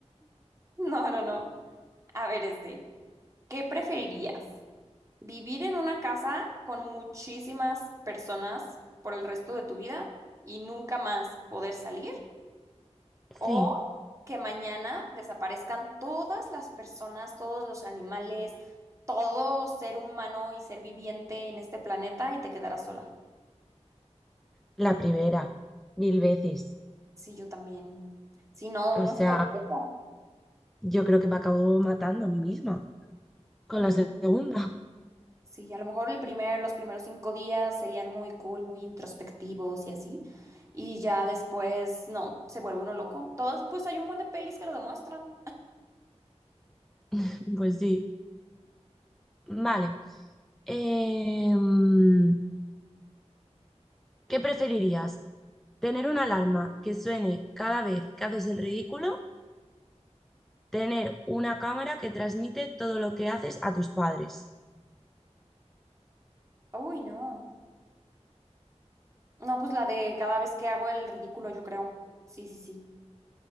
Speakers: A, on the right (about 25°); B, in the centre.
A: No, no, no. A ver, este, ¿qué preferirías? ¿Vivir en una casa con muchísimas personas por el resto de tu vida y nunca más poder salir? O
B: Sí,
A: que mañana desaparezcan todas las personas, todos los animales, todo ser humano y ser viviente en este planeta y te quedarás sola.
B: la primera, mil veces.
A: Sí, yo también. Si no,
B: O
A: uno
B: sea,
A: es cualquiera.
B: yo creo que me acabo matando a mí misma con
A: Mm,
B: la segunda.
A: Sí, a lo mejor el primer, los primeros cinco días serían muy cool, muy introspectivos y así. Y ya después, no, se vuelve uno loco. Todas, pues hay un buen de pelis que lo demuestran.
B: <laughs> Pues sí. Vale. Em, ¿Qué preferirías? ¿Tener una alarma que suene cada vez que haces el ridículo? ¿Tener una cámara que transmite todo lo que haces a tus padres?
A: Uy, no. No, pues la de cada vez que hago el ridículo, yo creo. Sí, sí, sí.